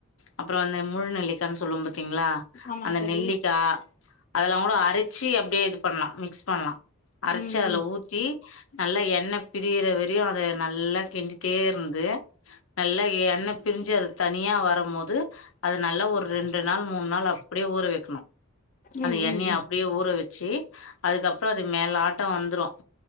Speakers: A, on the left; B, on the left.
A: அப்பறோ வந்து முழுநெல்லிக்கானு சொல்வோம் பாத் திங்ளா
B: ஆமா
A: அந்த
B: தோழி
A: நெல்லிக்கா அதெல்லா கூட அரச்சி அப்டியே இது பண்லா மிக்ஸ் பண்லா அரச்சி
B: ம்
A: அதுல
B: ம்
A: ஊத்தி நல்லா எண்ண பிரியிற வரையு அத நல்லா கிண்டிட்டே இருந்து நல்லா எண்ண பிரிஞ்சு அது தனியா வரம்மோது அது நல்லா ஒரு ரெண்டு நாள் மூன்னு நாள் அப்டியே ஊற வெக்கணு
B: ம்
A: அந்த எண்ணெய
B: ம் ம்
A: அப்டியே ஊற வெச்சி அதுக்கப்ற அது மேலாட்டம் வந்துரும்